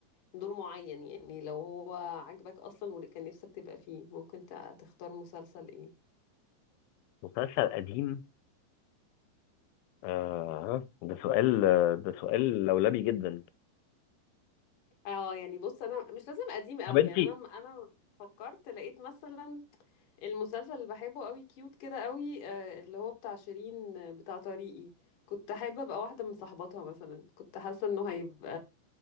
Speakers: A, on the left; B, on the left.
A: دور معين يعني لو هو عاجبك اصلا وكان نفسك تبقى فيه ممكن تع- تختار مسلسل ايه
B: مسلسل قديم آه ده سؤال ده سؤال لولبي جدا
A: اه يعني بص انا مش لازم قديم قوي
B: طب انت
A: يعني انا انا فكرت لقيت مثلا المسلسل اللي بحبه قوي كيوت كده قوي آه، اللي هو بتاع شيرين آه، بتاع طريقي كنت حابة ابقى واحدة من صحباتها مثلا كنت حاسة انه هيبقى